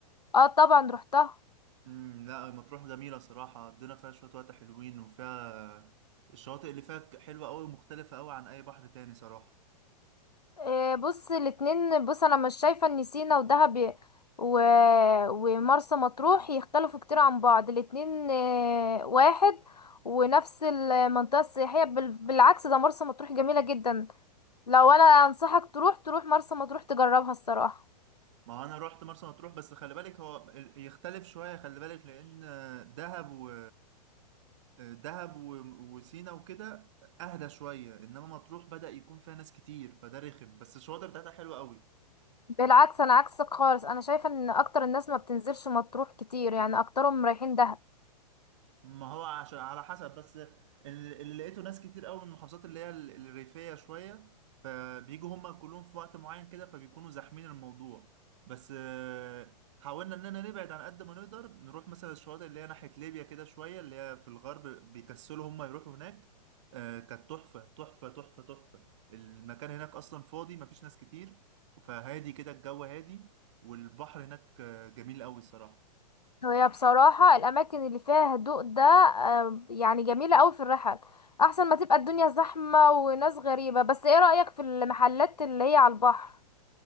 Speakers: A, on the left; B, on the right.
A: اه طبعا رحتها
B: امم لا مطروح جميله صراحه قضينا فيها شويه وقت حلوين وفيها الشواطئ اللي فيها حلوه قوي ومختلفه قوي عن اي بحر تاني صراحه
A: آه، بص الاتنين بص انا مش شايفه ان سينا ودهب ي- و... ومرسى مطروح يختلفوا كتير عن بعض الاتنين آه، واحد ونفس المنطقة السياحية بال- بالعكس ده مرسى مطروح جميلة جدا لو انا انصحك تروح تروح مرسى مطروح تجربها الصراحه
B: ما هو انا رحت مرسى مطروح بس خلي بالك هو ال- يختلف شويه خلي بالك لان دهب و دهب و- وسينا وكده اهدى شويه انما مطروح بدأ يكون فيها ناس كتير فده رخم بس الشواطئ بتاعتها حلوه قوي
A: بالعكس انا عكسك خالص انا شايفه ان اكتر الناس ما بتنزلش مطروح كتير يعني اكترهم رايحين دهب
B: ما هو عشان على حسب بس اللي اللي لقيته ناس كتير قوي من المحافظات اللي هي ال- الريفية شوية فبيجوا هما كلهم في وقت معين كده فبيكونوا زاحمين الموضوع بس آه، حاولنا اننا نبعد عن قد ما نقدر نروح مثلا الشواطئ اللي هي ناحية ليبيا كده شوية اللي هي في الغرب بيكسلوا هما يروحوا هناك آه، كانت تحفة تحفة تحفة تحفة المكان هناك أصلا فاضي مفيش ناس كتير فهادي كده الجو هادي والبحر هناك آه، جميل قوي الصراحة
A: وهي بصراحه الاماكن اللي فيها هدوء ده آه، يعني جميله قوي في الرحل احسن ما تبقى الدنيا زحمه وناس غريبه بس ايه رايك في المحلات اللي هي على البحر